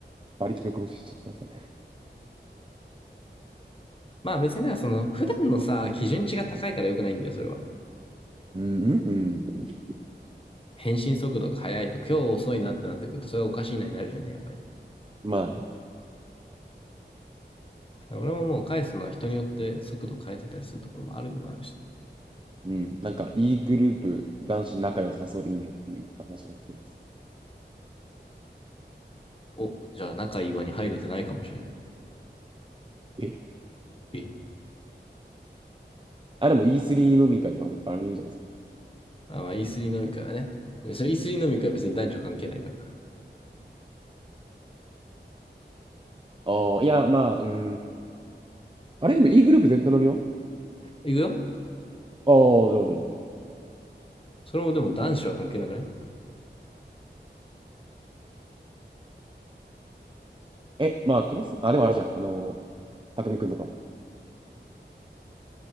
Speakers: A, on the right; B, on the left.
A: 馬力力無視しちゃってません。
B: まあ別にね、その、普段のさ、基準値が高いから良くないんだよ、それは。
A: うんうんうん。
B: 返信速度が速いと、今日遅いなってなってくると、それはおかしいなになるじゃんね、やっぱり。
A: まあね。
B: 俺ももう返すのは人によって速度変えてたりするところもあるにはあるし。
A: うん。なんか、E グループ、男子仲良さそうでいいねっていう話が来ています。
B: お、じゃあ仲いい輪に入れてないかもしれない。
A: え
B: え
A: あ、でも E3 飲み会とかあるじゃないですか。
B: あ、まあ E3 飲み会はね。それ E3 飲み会は別に男女関係ないから。
A: ああ、いや、まあ、うん。あれでも E グループ全体飲みは
B: 行くよ
A: ああー、じゃあじゃあじゃあじゃあ。
B: それもでも男子は関係なくない
A: え、まあ、クロス、あ、でもあるじゃん。あの、たくみくんとか。